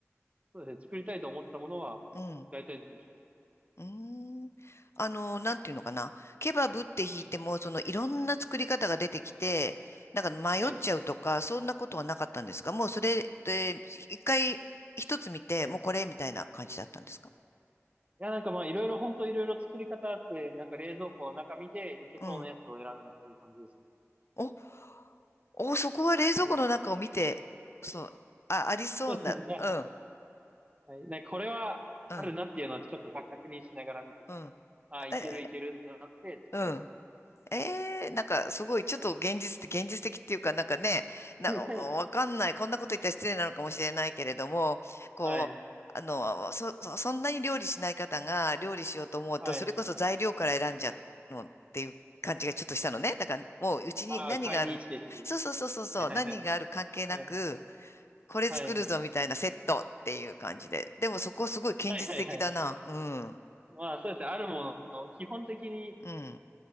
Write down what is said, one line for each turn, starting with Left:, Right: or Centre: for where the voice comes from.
Right: そうですね、作りたいと思ったものは、
Left: うん。
Right: 大体出てきます。
Left: うーん。あの、なんていうのかな。ケバブって弾いても、
Right: はい。
Left: そのいろんな作り方が出てきて、なんか迷っちゃうとか、
Right: はい。
Left: そんなことはなかったんですかもうそれで、一回一つ見て、
Right: は
Left: もうこれみたいな感じだったんですか
Right: い。いや、なんかまあ、いろいろ、本当いろいろ作り方あって、なんか冷蔵庫の中見て、いけそうなやつを選んだっていう感じですね。
Left: うん。お、お、そこは冷蔵庫の中を見て、そう、あ、ありそうな、
Right: そうですね。
Left: うん、
Right: はい。なんかこれは、
Left: うん、
Right: あるなっていうのはちょっと確認しながら見て、
Left: うん。
Right: ああ、いけるいけるってなって作りましたね。
Left: え、うん。ええなんかすごい、ちょっと現実的、現実的っていうか、なんかね、
Right: <laughs>
Left: なんかわかんない、こんなこと言ったら失礼なのかもしれないけれども、こう、
Right: はい。
Left: あの、そ、そそんなに料理しない方が料理しようと思うと、
Right: はい。
Left: それこそ材料から選んじゃうのっていう感じがちょっとしたのね。だからもううちに何がある、
Right: ああ、買いに来てっていう。
Left: そうそうそうそうそう、
Right: はいはいはい。
Left: 何がある関係なく、
Right: はい。
Left: これ作るぞみたいなセットっていう感じで。
Right: はい。
Left: でもそこすごい現実的だな。
Right: はいはいはいはい
Left: うん。
Right: まあそうですね。あるもの、基本的に、
Left: うん。